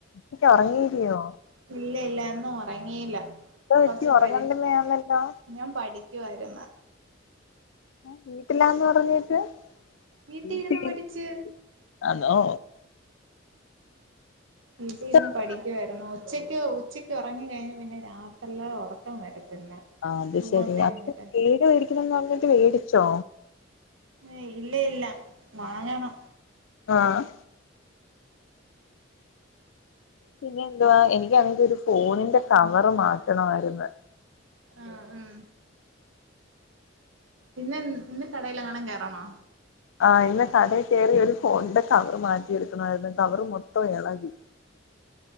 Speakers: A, on the left; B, on the right.
A: ഇല്ല ഒറങ്ങീരിയോ
B: ഇല്ല ഇല്ല ഇന്ന് ഒറങ്ങിയില്ല
A: എന്തോ പറ്റി
B: കൊറച്ച്
A: ഉറങ്ങണ്ടെന്നാന്നല്ലോ
B: പരി ഞാൻ പഠി ക്കുവാരുന്ന്
A: വീട്ടിലാന്ന് പറഞ്ഞിട്ട്
B: വീട്ടിൽ
A: <unintelligible>
B: ഇരുന്ന് പഠിച്ച്
A: ആണോ
B: വീട്ടിരിന്ന്
A: പുസ്തകം
B: പഠിക്കുവായിരുന്നൂ ഉച്ചയ്ക്ക് ഉച്ചയ്ക്ക് ഒറങ്ങി കഴിഞ്ഞാൽ പിന്നെ രാത്രില് ഒറക്കം വരത്തില്ല
A: അത്
B: അങ്ങോട്ടും
A: ശരി അൻക്ക്
B: ഇങ്ങോട്ടും
A: പേട് മേടിക്കണന്ന് പറഞ്ഞിട്ട് മേടിച്ചോ
B: ഏയ്‌ ഇല്ല ഇല്ല വാങ്ങണം
A: ആഹ് പിന്നെ എന്തുവാ എനിക്കണെങ്കി ഒരു ഫോണിന്റെ കവർ മാറ്റണമായിരുന്ന്
B: ആഹ് ഉം പിന്നെന്ന് ഇന്ന് കടേലെങ്ങാനും കേറണോ
A: ആഹ് ഇന്ന് കടയിൽ കയറി ഒരു ഫോണിന്റെ കവറ് മാറ്റിെടുക്കണായിരുന്നു കവറ് മൊത്തം എളകി